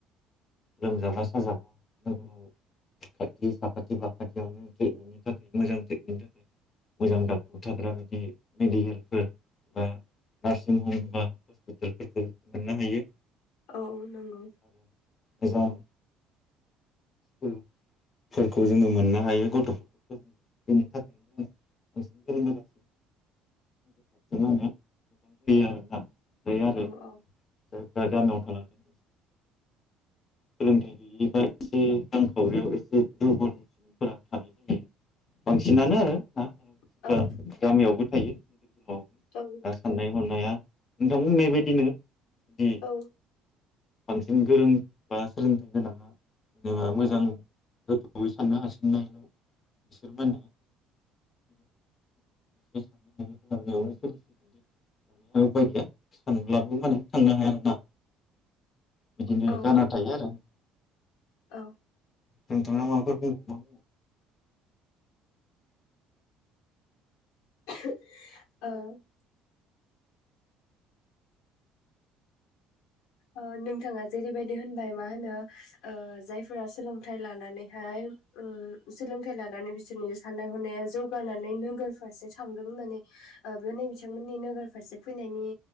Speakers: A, on the left; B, on the left.
A: लोमजाबा साजाबा लोगो साखाथि बाखाथियावनो ट्रिटमेन्टनि थाखाय मोजां ट्रिटमेन्नि थाखाय । मोजां डाक्टार थाग्रा ए मेडिकेलफोर बा नार्सिं हम बा हस्पिटालफोरखौ मोननो हायो।
B: औ नंगौ।
A: गोजाम। स्कुलफोरखौ जोङो मोननो हायो गथ'फोरखौ फोरो बेनि थाखायनो जोङो बांसिन गोरों गोरा <unintelligible> आरोना दायो आरो
B: औ औ
A: जायफ्रा गामियाव थालांदों सोलोंथाइ गैयिबा एसे रांखावरियाव एसे दुरबल सुबुंफोरा थानाय जायो बांसिनानो आरो <unintelligible>
B: औ
A: बा गामियावबो थायो द
B: औ
A: दा साननाय हनाया नोंथां बुंनाय बायदिनो बिदि
B: औ
A: बांसिन गोरों बा सोलोंथाइ गोनाङा जेनेबा मोजां गोथौै साननो हासिननायलाय बिसोर माने थ साननो ह ग सोलि उफाय गैया सानब्लाबो माने थांनो हाया आरोना बिदिनो
B: औ
A: जाना थायो आरो <inaudible>
B: औ
A: नोंथांआ माबाफोर बुं-
B: <unintelligible> ओ ओ नोंथाङा जेरैबायदि होनबाय मा होनो ओ जायफोरा सोलोंथाइ लानानैहाय उम सोलोंथाइ लानानै बिसोरनि साननाय हनाया जौगानानै नोगोर फारसे थांदों होननानै ओ बे नै बिथांमोननि नोगोर फारसे फैनायनि